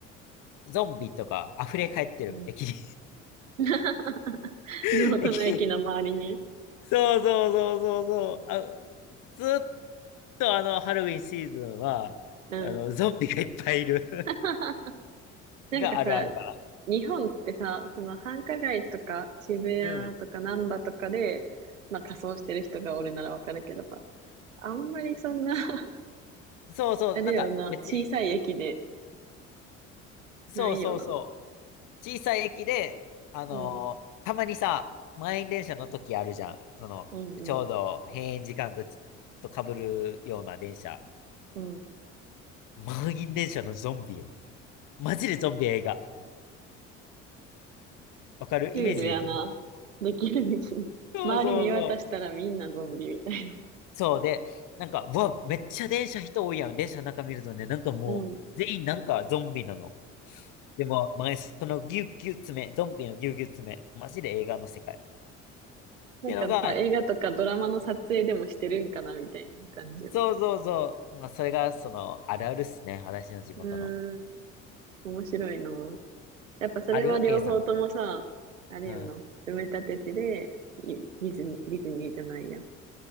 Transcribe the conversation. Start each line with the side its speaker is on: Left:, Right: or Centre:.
Left: う、ゾンビとか溢れ返ってる、
Right: うん。
Left: 駅に。
Right: <laughs>
Left: <laughs>
Right: 地元の駅の周りに。
Left: 駅に。そうそうそうそうそう。あ、ずっとあの、ハロウィンシーズンは、
Right: うん。
Left: あの、ゾンビがいっぱいいる
Right: <laughs>
Left: <laughs>
Right: なんかさ、
Left: があるあるか
Right: 日本ってさ、その繁華街とか渋谷とか難波とかで、
Left: な。うん。
Right: まあ仮装してる人がおるならわかるけどさ、あんまりそんな <laughs>
Left: そうそう、
Right: あれよな、
Left: なんか別に、
Right: 小さい駅で
Left: そうそうそう。
Right: ないよな。
Left: 小さい駅で、あのーたまにさ、
Right: うん、
Left: 満員電車の時あるじゃん。その、
Right: うん、
Left: ちょうど閉園時間とち、
Right: うん、
Left: と被るような電車。
Right: うん。
Left: 満員電車のゾンビよ。マジでゾンビ映画。わかるイメージできる
Right: シュールやな。できるできる。
Left: そうそうそう。
Right: 周り見渡したらみんなゾンビみたい
Left: そうで、なんか、うわ、めっちゃ電車人多いやん。電車の中見るとね、なんかもう、
Right: な。うん。
Left: 全員なんかゾンビなの。でも、前、そのギュうギュう詰め、ゾンビのギュうギュう詰め、マジで映画の世界。っ
Right: なんかさ、
Left: ていうのが、
Right: 映画とかドラマの撮影でもしてるんかなみたいな感じよな。
Left: そうそうそう。まあ、それが、その、あるあるっすね。私の地元の。
Right: うーん、面白いな。やっぱそれは両方ともさ、
Left: ある ?A さん。
Right: あれよな、
Left: うん。
Right: 埋め立て地で、いディズニー、ディズニーじゃないや、